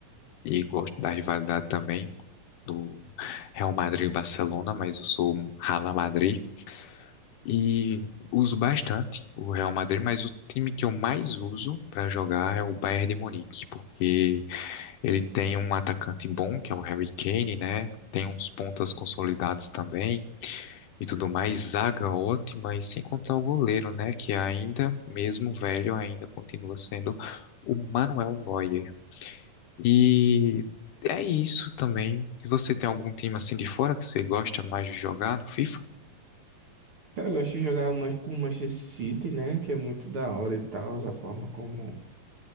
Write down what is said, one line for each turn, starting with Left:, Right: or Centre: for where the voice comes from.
Left: e gosto da rivalidade também do Real Madrid e Barcelona, mas eu sou um Rala Madrid e uso bastante o Real Madrid, mas o time que eu mais uso pra jogar é o Bayern de Munique, porque ele tem um atacante bom, que é o Harry Kane, né? Tem uns pontas consolidados também. e tudo mais, zaga ótima, e sem contar o goleiro, né? Que ainda, mesmo velho, ainda continua sendo o Manuel Neuer. E é isso também. E você tem algum time assim de fora que você gosta mais de jogar no FIFA?
Right: Cara, eu gosto de jogar mais com o Manchester City, né? Que é muito da hora e tal, a forma como,